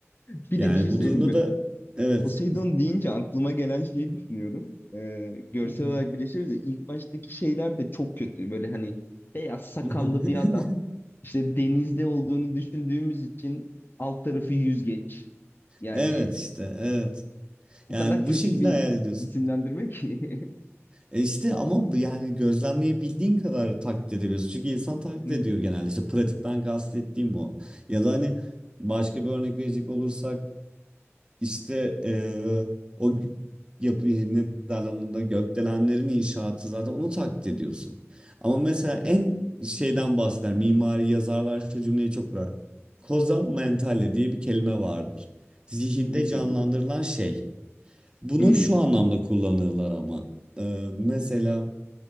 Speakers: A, on the left; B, on the right.
A: Bir
B: Yani
A: de bir şey söyleyeyim
B: bu durumda
A: mi?
B: da evet.
A: Poseidon deyince aklıma gelen şeyi düşünüyorum. Ee, görsel
B: <laughs>
A: olarak birleşiriz de ilk baştaki şeyler de çok kötü. Böyle hani beyaz sakallı
B: <laughs>
A: bir adam işte denizde olduğunu düşündüğümüz için alt tarafı yüzgeç. Yani
B: Evet işte evet.
A: o
B: Yani
A: kadar
B: bu
A: kötü
B: şekilde
A: bir
B: hayal ediyorsun.
A: isimlendirme ki. <laughs>
B: E işte ama bu yani gözlemleyebildiğin kadar taklit edebiliyorsun. Çünkü insan taklit
A: Hı hı.
B: ediyor genelde. İşte pratikten kastettiğim o. Ya da hani başka bir örnek verecek olursak İşte eee, o yapı ne derler onunla gökdelenlerin inşaatı zaten onu taklit ediyorsun. Ama mesela
A: Hmm.
B: en şeyden bahseder mimari yazarlar şu cümleyi çok kurar. Koza mentale diye bir kelime vardır. Zihinde
A: Nedir
B: canlandırılan
A: bu?
B: şey. Bunu
A: Hmm.
B: şu anlamda kullanırlar ama Eee, mesela